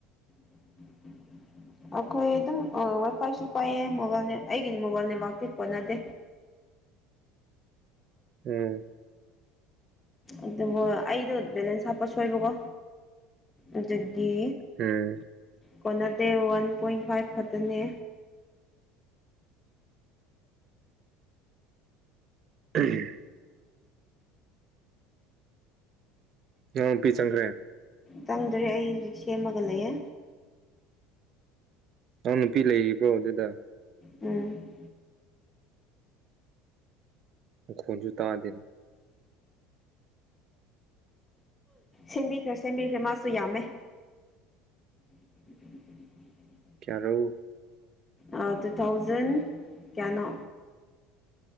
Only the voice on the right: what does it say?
ꯎꯝ
ꯍꯨꯝ
ꯎꯝ ꯅꯪ ꯅꯨꯄꯤ ꯆꯪꯈ꯭ꯔꯦ꯫
ꯅꯪ ꯅꯨꯄꯤ ꯂꯩꯔꯤꯕ꯭ꯔꯣ ꯑꯗꯨꯗ?
ꯃꯈꯣꯟꯁꯨ ꯇꯥꯗꯦꯅ꯫
ꯀꯌꯥꯔꯧ꯫